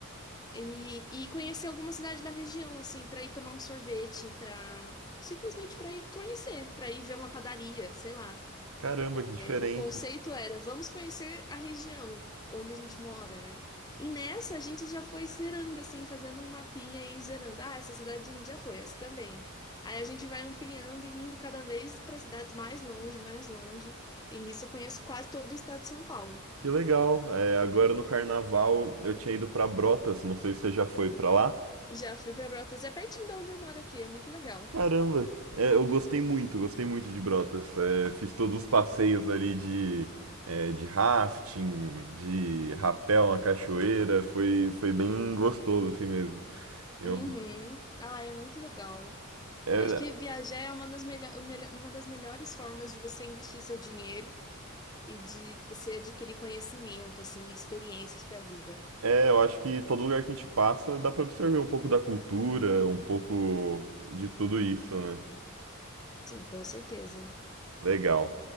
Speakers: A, on the left; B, on the right.
A: e, e conhecer alguma cidade da região, assim, para ir tomar um sorvete, para simplesmente para ir conhecer, para ir ver uma padaria, sei lá.
B: Caramba, que diferente.
A: O conceito era, vamos conhecer a região onde a gente mora, né? E nessa a gente já foi zerando, assim, fazendo um mapinha e zerando. Ah, essa cidade a gente já foi, essa também. Aí a gente vai ampliando e indo cada vez para cidades mais longe, mais longe. E nisso eu conheço quase todo o estado de São Paulo.
B: Que legal. É, agora no carnaval eu tinha ido pra Brotas, não sei se você já foi pra lá.
A: Já fui para Brotas, é pertinho de onde eu moro aqui, é muito legal.
B: Caramba. É, eu gostei muito, gostei muito de Brotas. É, fiz todos os passeios ali de, é, de rafting, de rapel na cachoeira, foi, foi bem gostoso assim mesmo. Eu,
A: Uhum. Ah, é muito legal.
B: é,
A: Eu acho que viajar é uma das, melho- o melho- uma das melhores formas de você investir seu dinheiro. e de você adquirir conhecimento, assim, experiências para a vida.
B: é, eu acho que todo lugar que a gente passa dá pra absorver um pouco da cultura, um pouco de tudo isso, né?
A: Sim, com certeza.
B: Legal.